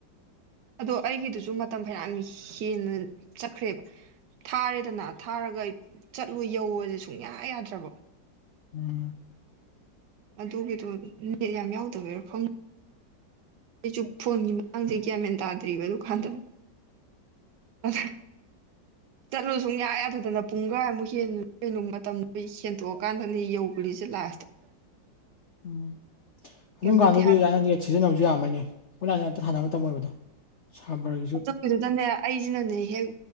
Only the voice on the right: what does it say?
ꯑꯗꯣ ꯑꯩꯒꯤꯗꯨꯁꯨ ꯃꯇꯝ ꯐꯅꯌꯥꯝ ꯍꯦꯟꯅ ꯆꯠꯈ꯭ꯔꯦꯕ ꯊꯥꯔꯦꯗꯅ ꯊꯥꯔꯒ ꯆꯠꯂꯨ ꯌꯧꯑꯣꯁꯦ ꯁꯨꯡꯌꯥ ꯌꯥꯗ꯭ꯔꯕ
ꯑꯗꯨꯒꯤꯗꯣ ꯅꯦꯠ ꯌꯥꯝ ꯌꯥꯎꯗꯕꯩꯔ ꯈꯪꯗꯦꯕ ꯑꯩꯁꯨ ꯐꯣꯟꯒꯤ ꯃꯇꯥꯡꯁꯦ ꯒꯤꯌꯥꯟ ꯃꯦꯟ ꯇꯥꯗ꯭ꯔꯤꯕ ꯑꯗꯨ ꯀꯥꯟꯗ ꯑꯍꯥ ꯆꯠꯂꯨ ꯁꯨꯡꯌꯥ ꯌꯥꯗꯗꯅ ꯄꯨꯡ ꯈꯥꯏꯃꯨꯛ ꯍꯦꯟꯅ ꯀꯩꯅꯨ ꯃꯇꯝꯗꯣ ꯍꯦꯟꯇꯣꯛꯑ ꯀꯥꯟꯗꯅꯦ ꯌꯧꯈꯔꯤꯁꯦ ꯂꯥꯁꯇ <inaudible>
ꯀꯩꯝꯇꯗꯤ ꯍꯥꯏ
ꯑꯗꯨꯒꯤꯗꯨꯗꯅꯦ ꯑꯩꯁꯤꯅꯅꯦ ꯍꯦꯛ